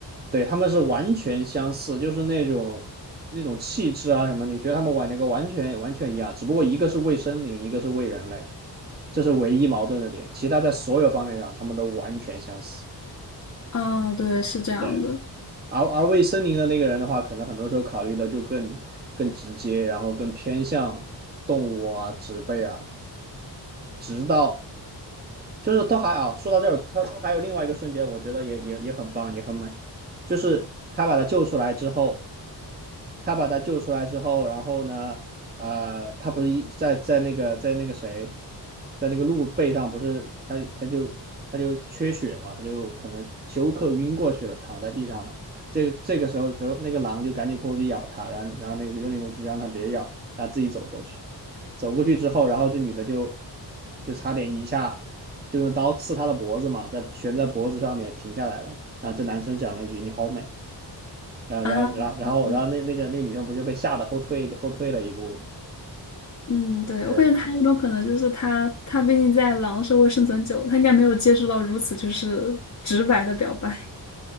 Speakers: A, on the right (about 20°); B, on the left (about 40°).
A: 对，他们是完全相似，就是那种那种气质啊什么，你觉得他们玩那个完全完全一样，只不过一个是为森林，一个是为人类，这是唯一矛盾的点。其他在所有方面上，他们都完全相似。
B: 嗯，对，是这样的
A: 对，而而为森林的那个人的话，可能很多时候考虑的就更更直接，然后更偏向动物啊、植被啊，直到就是都还啊。说到这儿，他他还有另外一个瞬间，我觉得也也也很棒，也很美，就是他把他救出来之后。他把他救出来之后，然后呢，呃，他不是一在在那个在那个谁，在那个鹿背上不是他他就他就缺血嘛，他就可能休克晕过去了，躺在地上了。这个这个时候，之后那个狼就赶紧过去咬他，然后然后那个幽灵公主就让他别咬，然后自己走过去。走过去之后，然后这女的就就差点一下就用刀刺他的脖子嘛，在悬在脖子上面停下来了。然后这男生讲了一句：“你好美。”然后然后然后然后然后那那个那个女生不就被吓得后退后退了一步？
B: 啊，对，嗯，对，我感觉还有一种可能就是他，
A: 对
B: 他毕竟在狼社会生存久了，他应该没有接触到如此就是直白的表白。